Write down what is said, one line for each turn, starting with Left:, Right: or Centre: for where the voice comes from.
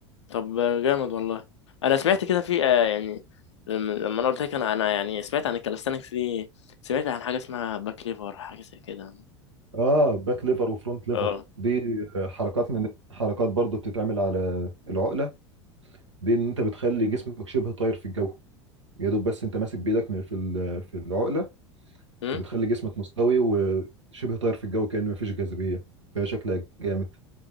Left: طب جامد والله انا سمعت كده في آه، يعني لما لما انا قلت لك انا انا يعني سمعت عن الكالستانكس دي سمعت عن حاجه اسمها باك ليفر حاجه زي كده
Right: اه باك ليفر وفرونت ليفر
Left: اه
Right: دي حركات من حركات برضو بتتعمل على العقلة دي ان انت بتخلي جسمك شبه طاير في الجو يا دوب بس انت ماسك بايدك من- في ال- في العقلة
Left: أمم؟
Right: وبتخلي جسمك مستوي وشبه طاير في الجو كأنه مفيش جاذبية فهي شكلها جامد